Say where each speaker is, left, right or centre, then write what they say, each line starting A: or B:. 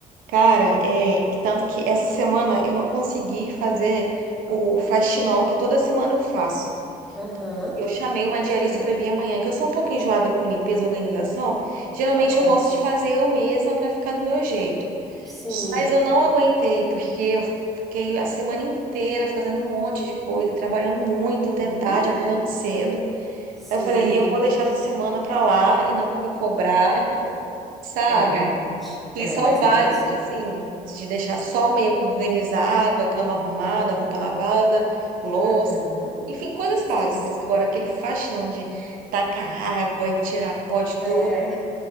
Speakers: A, on the right; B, in the centre.
A: Cara, é, tanto que essa semana eu não consegui fazer o faxinão que toda semana eu faço.
B: Aham,
A: Eu chamei uma diarista
B: sim.
A: para vir amanhã, que eu sou um pouco enjoada com limpeza e organização. Geralmente
B: Aham,
A: eu gosto de fazer eu mesma para ficar do meu jeito.
B: sim.
A: Mas eu não aguentei, porque eu fiquei a semana inteira fazendo um monte de coisa, trabalhando muito até
B: Uhum,
A: tarde, acordando cedo.
B: sim.
A: Eu falei, eu vou deixar essa semana para lá e não vou me cobrar, sabe?
B: É verdade. É,
A: E só
B: mas
A: o básico,
B: é bem assim.
A: assim, de deixar só o meio que organizado, a cama arrumada, a roupa lavada, louça,
B: Aham,
A: enfim, coisas
B: sim.
A: básicas. Agora, aquele faxinão de tacar água e tirar pó de
B: É,
A: tudo,